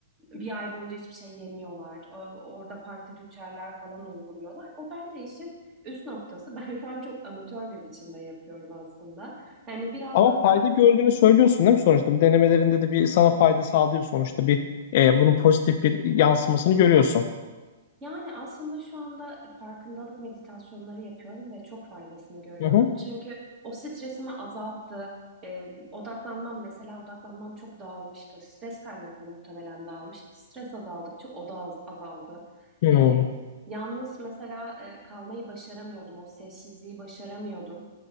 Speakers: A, on the right (about 15°); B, on the left (about 40°).
A: bir ay boyunca hiçbir şey yemiyorlar. O- Orada farklı ritüeller falan uyguluyorlar. O bence işin üst noktası. <laughs> Ben şu an çok amatör bir biçimde yapıyorum aslında. Yani biraz
B: Ama
A: daha böyle
B: fayda gördüğünü söylüyorsun değil mi sonuçta? Bu denemelerinde de bir sana fayda sağlıyor sonuçta. Bir e, bunun pozitif bir yansımasını görüyorsun.
A: Yani aslında şu anda farkındalık meditasyonları yapıyorum ve çok faydasını görüyorum.
B: Hı hı.
A: Çünkü o stresimi azalttı. Ee, odaklanmam mesela odaklanmam çok dağılmıştı. Stres kaynaklı muhtemelen dağılmıştı. Stres azaldıkça o da az- azaldı.
B: Hı.
A: Ee, yalnız mesela e, kalmayı başaramıyordum. O sessizliği başaramıyordum.